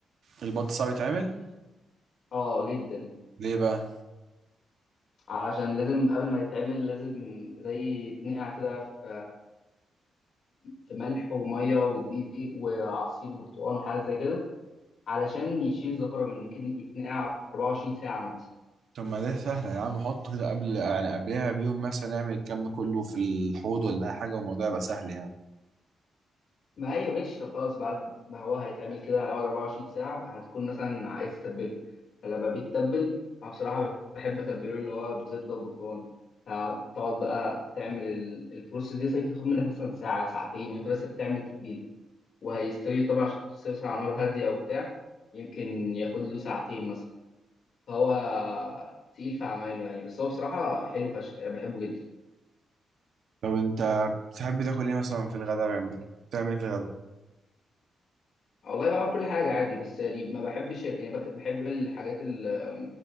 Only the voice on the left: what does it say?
اه جدا
علشان لازم قبل ما يتعمل لازم زي يتنقع كده في في ملح وميه ودقيق وعصير برتقال وحاجات زي كده علشان يشيل الزفاره منه كده يتنقع 24 ساعه مثلا
ما ايوه ماشي طب خلاص بعد ما هو هيتعمل كده هيقعد 24 ساعه هتكون مثلا عايز تتبله فلما بيتبل انا بصراحه بحب اتبله اللي هو بزبده وبرتقال هتقعد بقى تعمل ال- البروسيس دي مثلا تاخد منك مثلا ساعه ساعتين وانت بس بتعمل التتبيله وهيستوي طبعا عشان تستوي مثلا على نار هاديه وبتاع يمكن ياخد له ساعتين مثلا هو تقيل في عمايله يعني بس هو بصراحة حلو فشخ أنا بحبه جدا
والله بعمل كل حاجة عادي بس يعني ما بحبش ال- يعني بك- بحب الحاجات ال-